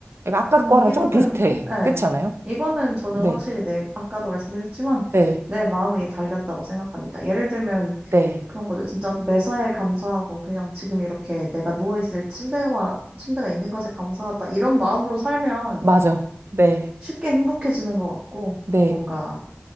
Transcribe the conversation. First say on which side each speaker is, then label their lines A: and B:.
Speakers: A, on the right; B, on the right.
A: 이거 아까
B: 음,
A: 거랑
B: 이거는,
A: 조금 비슷해.
B: 예.
A: 그렇지 않아요?
B: 이거는 저는
A: 네,
B: 확실히 내, 아까도 말씀드렸지만,
A: 네,
B: 내 마음이 달렸다고 생각합니다. 예를 들면,
A: 네.
B: 그런 거죠. 진짜 매사에 감사하고 그냥 지금 이렇게 내가 누워있을 침대가, 침대가 있는 것에 감사하다. 이런 마음으로 살면
A: 맞아. 네,
B: 쉽게 행복해지는 것 같고,
A: 네.
B: 뭔가,